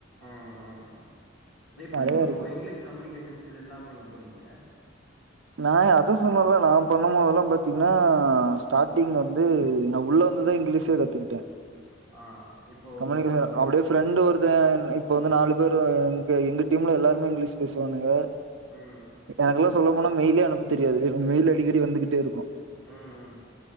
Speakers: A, on the left; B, on the right.
A: எ எ எ ப்ரோ எப்பிடி
B: நெறைய
A: ப்ரோ
B: இருக்கு
A: இங்கிலீஷ் கம்யூனிகேஷன் ஸ்கில் இல்லாம நீங்க போனீங்க
B: நா எ அதா சொன்னல்ல நா பண்ணும் போதெல்லா பாத்தீங்ன்னா ஸ்டாட்டிங் வந்து நா உள்ள வந்துதா இங்கிலீஷே கத்துக்கிட்டே
A: ஆ இப்போ
B: கம்யூனிகேஷன்
A: ஓரளவுக்கு
B: அப்டே ஃப்ரெண்டு் ஒருத்த ன் இப்ப வந்து நாலு பேரு அங்க எங்க டீம்ல எல்லார்மே இங்கிலீஷ் பேஸ்வானுக
A: ம்
B: எனக்குல்லா சொல்ல போனா மெயிலே அனுப்ப தெரியாது எனக் மெயில் அடிக்கடி வந்துகிட் டே இருக்கு
A: ம்